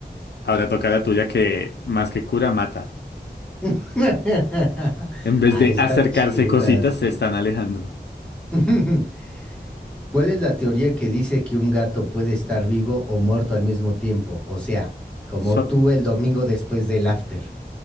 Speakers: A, on the left (about 75°); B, in the centre.
A: Ahora toca la tuya que más que cura, mata.
B: <laughs>
A: En vez
B: Ah,
A: de
B: están
A: acercarse
B: chidas,
A: cositas,
B: güey.
A: se están alejando.
B: <laughs> ¿Cuál es la teoría que dice que un gato puede estar vivo o muerto al mismo tiempo? O sea, como
A: So-
B: tú el domingo después del after.